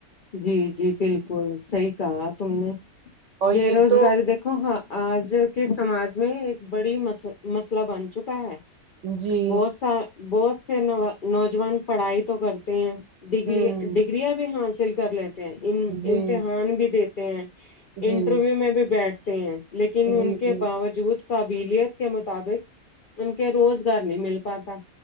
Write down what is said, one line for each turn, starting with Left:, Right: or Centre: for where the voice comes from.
Left: جی جی بالکل صحیح کہا تم نے
Right: اور
Left: بے
Right: یہ
Left: روزگاری
Right: تو
Left: دیک ہاں آج کے سماج میں ایک بڑی مس مسئلہ بن چکا ہے
Right: جی
Left: بہت سا بہت سے نوا نوجوان پڑھائی تو کرتے ہیں ڈگلیا
Right: ہوں
Left: ڈگریاں بھی حاصل کر لیتے ہیں ان
Right: جی
Left: امتحان بھی دیتے ہیں
Right: جی
Left: انٹرویو میں بھی بیٹھتے ہیں لیکن
Right: جی
Left: ان کے
Right: جی
Left: باوجود قابیلیت کے مطابق ان کے روزگار نہیں مل پاتا